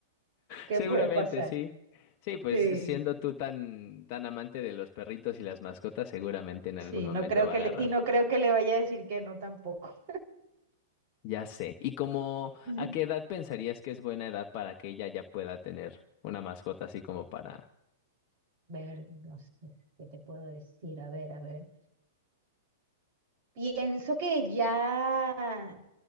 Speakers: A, on the right; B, on the left.
A: <laughs> ¿Qué
B: Seguramente,
A: puede pasar?
B: sí. Sí, pues
A: Sí,
B: siendo tú tan, tan amante de los perritos y las mascotas, seguramente en algún
A: sí,
B: momento
A: no creo
B: va
A: que
B: a agarrar.
A: le, y no creo que le vaya a decir que no tampoco.
B: Ya sé. ¿Y como
A: <laughs>
B: a qué edad pensarías que es buena edad para que ella ya pueda tener una mascota así como para...
A: Ver, no sé, ¿qué te puedo decir? A ver, a ver. Pienso que ya, ay,